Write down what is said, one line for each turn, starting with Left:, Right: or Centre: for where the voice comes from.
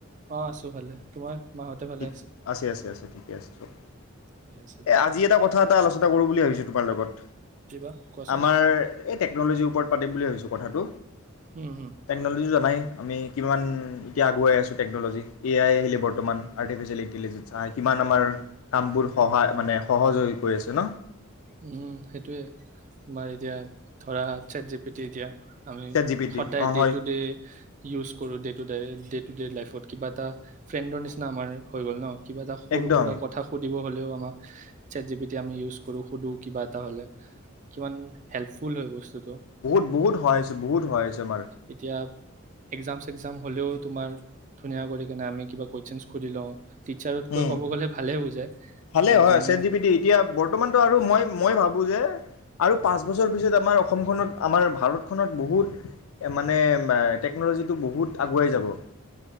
Right: অ আছো ভালে তোমাৰ মাহঁতে ভালে
Left: িক আছে আছে আছে ঠিকে আছে চব
Right: ঠিক আছে দিয়া
Left: এই আজি এটা কথা এটা আলোচনা কৰো বুলি ভাবিছো তোমাৰ লগত
Right: কিবা কোৱাচোন
Left: আমাৰ এই টেকনলজিৰ পাতিম বুলি ভাবিছো কথাটো
Right: উম হম
Left: টেকনলজি জনাই আমি কিমান এতিয়া আগুৱাই আছো টেকনলজি এ আই আহিলে বৰ্তমান আৰ্টিফিচিয়াল ইণ্টেলিজেন্স কিমান আমাৰ কাম সহ মানে সহজ হৈ আছে ন
Right: উম সেইটোয়ে তোমাৰ এতিয়া ধৰা চেট জি পি টি এতিয়া আমি
Left: চেট জি পি
Right: সদায়
Left: টি অঁ
Right: ডে
Left: হয়
Right: টু ডে ইউজ কৰোঁ day to day day to day লাইফত কিবা এটা ফ্ৰেণ্ডৰ নিচিনা আমাৰ হৈ গ'ল ন কিবা এটা সৰু
Left: একদম
Right: সুৰা কথা সুধ দিব হ'লেও আমাক, ছেট জি বি টি আমি ইউজ কৰো। সোধোঁ কিবা এটা হ'লে। কিমান হেল্প ফুল হয় বস্তুটো
Left: বহুত-বহুত সহায় হৈছে বহুত সহায় হৈছে। আমাৰ
Right: এতিয়া একজাম-চেগজাম হলেও তোমাৰ ধুনীয়া কৰি কেনে আমি কিবা কুৱেচন হুধি লওঁ, টিচাৰতকৈ
Left: উম।
Right: ক'ব গ'লে ভালে বুজায়
Left: ভালে
Right: আহ,
Left: হয়,
Right: যোন
Left: চেট জি পি টি এতিয়া বৰ্তমানতো আৰু মই মই ভাবো যে আৰু পাঁচ বছৰৰ পিছত আমাৰ অসমখনত আমাৰ ভাৰতখনত বহুত মানে টেকন'লজিটো বহুত আগুৱাই যাব।